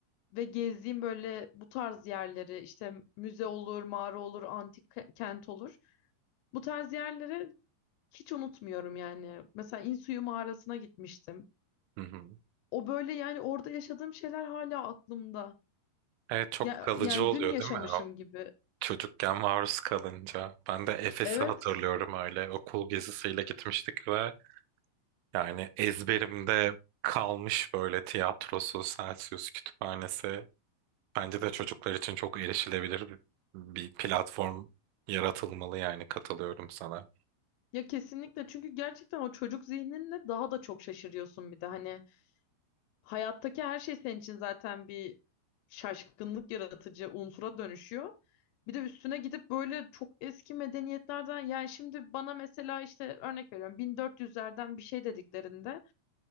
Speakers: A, on the left; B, on the right.
A: ve gezdiğim böyle bu tarz yerleri işte müze olur, mağara olur, antik ke- kent olur. Bu tarz yerleri hiç unutmuyorum yani. Mesela İnsuyu mağarasına gitmiştim.
B: Hı hı.
A: O böyle yani orada yaşadığım şeyler hala aklımda.
B: Evet çok
A: Ya,
B: kalıcı
A: yani
B: oluyor
A: dün yaşamışım
B: değil mi? O
A: gibi.
B: çocukken maruz kalınca. Ben de Efes'i
A: Evet.
B: hatırlıyorum öyle. Okul gezisiyle gitmiştik ve yani ezberimde kalmış böyle tiyatrosu, Celsius kütüphanesi. Bence de çocuklar için çok erişilebilir bir, bir platform yaratılmalı yani katılıyorum sana.
A: Ya kesinlikle çünkü gerçekten o çocuk zihninle daha da çok şaşırıyorsun bir de hani Hayattaki her şey senin için zaten bir şaşkınlık yaratıcı unsura dönüşüyor. Bir de üstüne gidip böyle çok eski medeniyetlerden yani şimdi bana mesela işte örnek veriyorum 1400'lerden bir şey dediklerinde